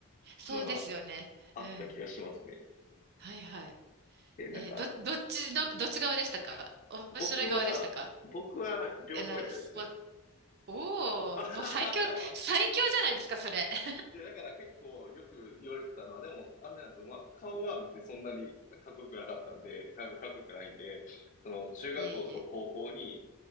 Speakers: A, on the right (about 45°); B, on the left (about 35°).
A: そうですよね。
B: のがあった気がしますね。
A: うん。はいはい。
B: で、なんか、
A: えーど、どっちの、
B: ああ
A: どっち側でしたか面白い側でしたか
B: 僕は、僕は両方やったですね。
A: あの、スポ、おお、
B: <laughs> あはははは
A: もう最強、最強じゃないですか、それ。<laughs>
B: いや、だから結構よく言われてたのは、でも、あんなやつまあ、顔は別にそんなにかっこよくなかったんで、かっこかっこよくないんで、その、中学校とか高校に、
A: いえいえ。